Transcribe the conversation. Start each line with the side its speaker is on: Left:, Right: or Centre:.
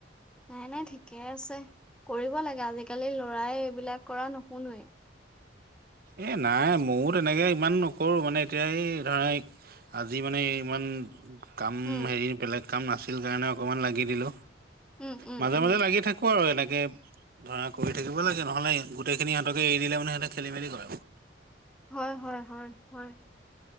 Centre: নাই নাই ঠিকে আছে। কৰিব লাগে, আজিকালি ল'ৰাই এইবিলাক কৰা নুশুনোৱে।
Right: এ নাই ময়ো তেনেকে ইমান নকৰোঁ মানে এতিয়া এই ধৰা এইক আজি মানে ইমান কাম
Centre: উম,
Right: হেৰি বেলেগ কাম নাছিল কাৰণে অকমান লাগি দিলো।
Centre: উম, উম,
Right: মাজে
Centre: উম।
Right: - মাজে লাগি থাকো আৰু এনেকে। এ, ধৰা কৰি থাকিব লাগে, নহলে গোটেই খিনি ইহঁতকে এৰি দিলে মানে সিহঁতে খেলি-মেলি কৰে
Centre: হয় হয় হয় হয়,